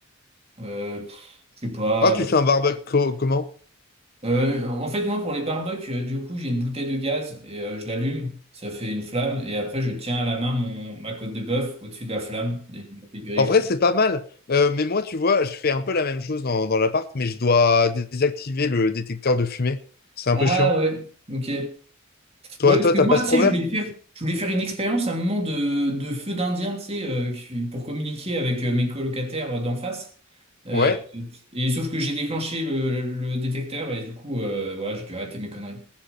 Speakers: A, on the right; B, on the left.
A: euh, pff, je sais pas.
B: Ah, tu
A: euh,
B: fais un barbecue co- comment?
A: euh, en fait, moi, pour les barbecues, euh, du coup, j'ai une bouteille de gaz et euh, je l'allume. Ça fait une flamme. Et après, je tiens à la main mon, ma côte de bœuf au-dessus de la flamme. des- des grillés,
B: En vrai,
A: quoi.
B: c'est pas mal. Euh, mais moi, tu vois, je fais un peu la même chose dans, dans l'appart, mais je dois désactiver le détecteur de fumée. C'est un
A: Ah
B: peu chiant.
A: ouais, ok.
B: Toi,
A: Ouais, parce
B: toi,
A: que
B: t'as
A: moi,
B: pas ce
A: tu
B: problème?
A: sais, je voulais faire, je voulais faire une expérience à un moment de, de feu d'Indien, tu sais, euh, qui- pour communiquer avec euh, mes colocataires euh, d'en face. Euh,
B: Ouais.
A: et sauf que j'ai déclenché le, le- le détecteur et du coup, euh, voilà, j'ai dû arrêter mes conneries.